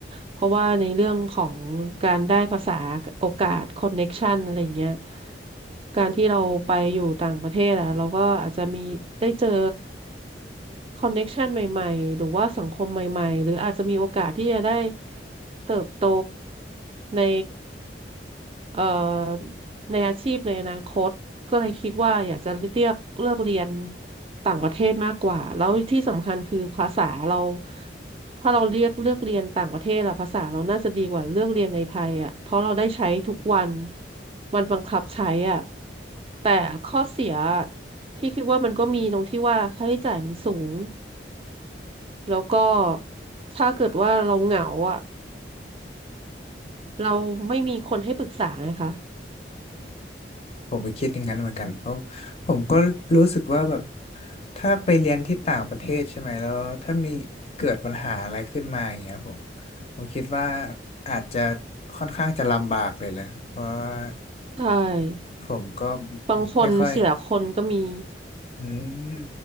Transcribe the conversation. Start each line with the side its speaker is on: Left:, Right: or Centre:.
Right: เพราะว่าในเรื่องของการได้ภาษาโอกาสคอนเน็กชันอะไรเงี้ยการที่เราไปอยู่ต่างประเทศอะเราก็อาจจะมีได้เจอคอนเน็กชันใหม่ๆหรือว่าสังคมใหม่ๆหรืออาจจะมีโอกาสที่จะได้เติบโตใน เอ่อในอาชีพในอนาคตก็เลยคิดว่าอยากจะเลือกเลือกเรียนต่างประเทศมากกว่าแล้วที่สำคัญคือภาษาเราถ้าเราเรียกเลือกเรียนต่างประเทศอะภาษาเราน่าจะดีกว่าเลือกเรียนในไทยอะเพราะเราได้ใช้ทุกวันมันบังคับใช้อะแต่ข้อเสียพี่คิดว่ามันก็มีตรงที่ว่าค่าใช้จ่ายมันสูงแล้วก็ถ้าเกิดว่าเราเหงาอะเราไม่มีคนให้ปรึกษาไงคะ
Left: ผมก็คิดอย่างนั้นเหมือนกันเพราะผมก็รู้สึกว่าแบบถ้าไปเรียนที่ต่างประเทศใช่ไหมแล้วถ้ามีเกิดปัญหาอะไรขึ้นมาอย่างเงี้ยผมผมคิดว่าอาจจะค่อนข้างจะลำบากเลยแหละเพราะว่า
Right: ใช่
Left: ผมก็
Right: บางคนเสียคนก็มี
Left: ไม่ค่อยอืม